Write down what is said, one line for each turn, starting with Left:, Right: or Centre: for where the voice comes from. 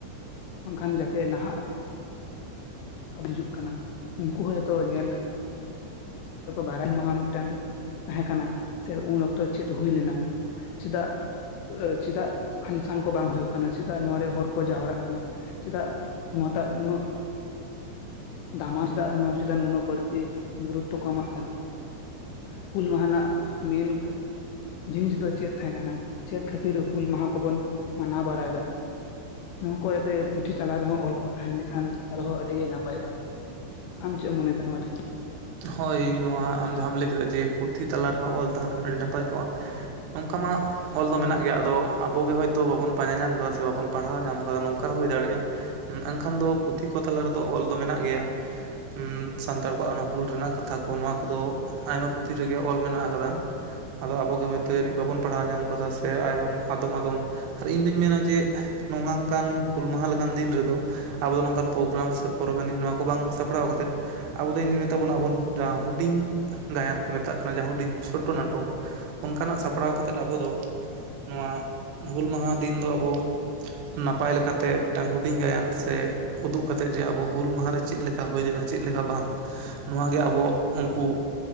Left: ᱵᱟᱝ ᱠᱷᱟᱱ ᱡᱟᱛᱮ ᱱᱟᱦᱟᱜᱼᱼ ᱦᱤᱡᱩᱜ ᱠᱟᱱᱟ ᱩᱱᱠᱩ ᱦᱚᱸ ᱡᱚᱛᱚ ᱧᱮᱞᱼᱼ ᱵᱟᱨᱮᱱ ᱢᱟᱦᱟ ᱢᱤᱫᱴᱟᱝ ᱛᱟᱦᱮᱸ ᱠᱟᱱᱟ ᱥᱮ ᱩᱱ ᱚᱠᱛᱚ ᱪᱮᱫ ᱦᱩᱭ ᱞᱮᱱᱟ᱾ ᱪᱮᱫᱟᱜ ᱪᱮᱫᱟᱜ ᱯᱷᱟᱱᱥᱮᱱ ᱠᱚ ᱵᱟᱝ ᱦᱩᱭᱩᱜ ᱠᱟᱱᱟ, ᱪᱮᱫᱟᱜ ᱱᱚᱣᱟ ᱨᱮ ᱦᱚᱲ ᱠᱚ ᱡᱟᱣᱨᱟᱜ ᱠᱟᱱᱟ? ᱪᱮᱫᱟᱜ ᱱᱚᱣᱟᱴᱟᱜ ᱩᱱᱟᱹᱜᱼᱼ ᱫᱟᱢᱟ ᱫᱟ ᱱᱚᱣᱟ ᱪᱮᱛᱟᱱ ᱩᱱᱟᱹᱜ ᱵᱟᱹᱲᱛᱤ ᱜᱩᱨᱩᱛᱼᱼ ᱛᱚ ᱮᱢᱟᱜ ᱠᱟᱱᱟ, ᱦᱩᱞ ᱢᱟᱦᱟᱱᱟᱜ ᱢᱮᱱᱼᱼ ᱡᱤᱱᱤᱥ ᱫᱚ ᱪᱮᱫ ᱛᱟᱦᱮᱸ ᱠᱟᱱᱟ ᱪᱮᱫ ᱠᱷᱟᱹᱛᱤᱨ ᱦᱩᱞ ᱢᱟᱦᱟ ᱠᱚᱵᱚᱱ ᱢᱟᱱᱟᱣ ᱵᱟᱲᱟᱭ ᱮᱫᱟ᱾ ᱱᱚᱣᱟ ᱠᱚ ᱡᱟᱛᱮ ᱯᱩᱛᱷᱤ ᱛᱟᱞᱟ ᱨᱮ ᱦᱚᱸ ᱚᱞ ᱠᱚ ᱛᱟᱦᱮᱱ ᱞᱮᱠᱷᱟᱱ ᱟᱨᱦᱚᱸ ᱟᱹᱰᱤ ᱜᱮ ᱱᱟᱯᱟᱭᱚᱜᱼᱟ᱾ ᱟᱢ ᱪᱮᱜ ᱢᱚᱱᱮ ᱫᱟᱢ <unintelligible>
Right: ᱦᱳᱭ ᱱᱚᱣᱟ ᱟᱢ ᱡᱟᱦᱟᱸ ᱟᱢ ᱞᱟᱹᱭ ᱠᱮᱫᱟ ᱡᱮ ᱯᱩᱛᱷᱤ ᱛᱟᱞᱟ ᱨᱮᱦᱚᱸ ᱚᱞ ᱛᱟᱦᱮᱸ ᱞᱮᱱᱠᱷᱟᱱ ᱟᱹᱰᱤ ᱱᱟᱯᱟᱭ ᱠᱚᱜᱼᱟ᱾ ᱱᱚᱝᱠᱟ ᱢᱟ ᱚᱞ ᱫᱚ ᱢᱮᱱᱟᱜ ᱜᱮᱭᱟ ᱟᱫᱚ ᱟᱵᱚ ᱜᱮ ᱦᱳᱭ ᱛᱚ ᱵᱟᱵᱚᱱ ᱯᱟᱸᱡᱟ ᱧᱟᱢ ᱠᱟᱫᱟ ᱥᱮ ᱵᱟᱵᱚᱱ᱾ ᱯᱟᱲᱦᱟᱣ ᱧᱟᱢ ᱠᱟᱫᱟ ᱱᱚᱝᱠᱟ ᱦᱚᱸ ᱦᱩᱭ ᱫᱟᱲᱮᱭᱟᱜᱼᱟ᱾ ᱮᱱᱠᱷᱟᱱ ᱫᱚ ᱯᱩᱛᱷᱤ ᱠᱚ ᱛᱟᱞᱟ ᱨᱮᱫᱚ ᱚᱞ ᱫᱚ ᱢᱮᱱᱟᱜ ᱜᱮᱭᱟ ᱩᱸ ᱥᱟᱱᱛᱟᱲ ᱠᱚᱣᱟᱜ᱾ <unintelligible> ᱦᱩᱞ ᱨᱮᱱᱟᱜ ᱠᱟᱛᱷᱟ ᱠᱚ ᱱᱚᱣᱟ ᱠᱚᱫᱚ ᱟᱭᱢᱟ ᱯᱩᱛᱷᱤ ᱨᱮᱜᱮ ᱚᱞ ᱢᱮᱱᱟᱜ ᱟᱠᱟᱫᱟ᱾ ᱟᱫᱚ ᱟᱵᱚᱜ ᱜᱮ ᱦᱳᱭ ᱛᱚ ᱡᱮ ᱵᱟᱵᱚᱱ ᱯᱟᱲᱦᱟᱣ ᱧᱟᱢ ᱠᱟᱫᱟ ᱥᱮ ᱟᱭᱢᱟ ᱟᱫᱚᱢ ᱟᱫᱚᱢ᱾ ᱟᱨ ᱤᱧ ᱫᱩᱧ ᱢᱮᱱᱟ ᱡᱮ ᱱᱚᱝᱠᱟᱱ ᱦᱩᱞ ᱢᱟᱦᱟ ᱞᱮᱠᱟᱱ ᱫᱤᱱ ᱨᱮᱫᱚ᱾ ᱟᱵᱚ ᱫᱚ ᱱᱚᱝᱠᱟᱱ ᱯᱨᱳᱜᱨᱟᱢ ᱥᱮ ᱯᱚᱨᱚᱵᱽ ᱮᱱᱮᱡ ᱱᱚᱣᱟ ᱠᱚ ᱵᱟᱝ ᱥᱟᱯᱲᱟᱣ ᱠᱟᱛᱮᱫ ᱟᱵᱚ ᱫᱚᱧ ᱛᱟᱵᱚᱱᱟ ᱟᱵᱚᱱ ᱡᱟᱦᱟᱸ ᱦᱩᱰᱤᱧ ᱜᱟᱭᱟᱱ ᱠᱚ ᱢᱮᱛᱟᱜ ᱠᱟᱱᱟ, ᱡᱟᱦᱟᱸ ᱦᱩᱰᱤᱧ ᱪᱷᱳᱴᱳ ᱱᱟᱴᱚᱠ᱾ ᱚᱱᱠᱟᱱᱟᱜ ᱥᱟᱯᱲᱟᱣ ᱠᱟᱛᱮᱜ ᱟᱵᱚ ᱫᱚ ᱱᱚᱣᱟ ᱦᱩᱞ ᱢᱟᱦᱟ ᱫᱤᱱ ᱫᱚ ᱟᱵᱚ᱾ ᱱᱟᱯᱟᱭ ᱞᱮᱠᱟᱛᱮ ᱢᱤᱫᱴᱟᱝ ᱦᱩᱰᱤᱧ ᱜᱟᱭᱟᱱ ᱥᱮ ᱩᱫᱩᱜ ᱠᱟᱛᱮᱫ ᱡᱮ ᱟᱵᱚ ᱦᱩᱞ ᱢᱟᱸᱦᱟ ᱨᱮ ᱪᱮᱫ ᱞᱮᱠᱟ ᱦᱩᱭ ᱞᱮᱱᱟ ᱪᱮᱫ ᱞᱮᱠᱟ ᱵᱟᱝ᱾ ᱱᱚᱣᱟ ᱜᱮ ᱟᱵᱚ ᱩᱱᱠᱩ